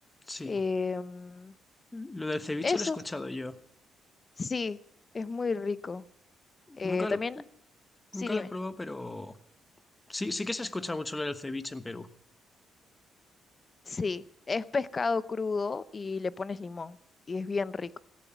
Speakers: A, on the left; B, on the left.
A: Sí.
B: em,
A: Lo del ceviche
B: eso,
A: lo he escuchado yo.
B: sí, es muy rico. Eh,
A: Nunca
B: también,
A: lo,
B: sí,
A: nunca
B: dime.
A: lo he probado, pero sí, sí que se escucha mucho lo del ceviche en Perú.
B: Sí, es pescado crudo y le pones limón y es bien rico,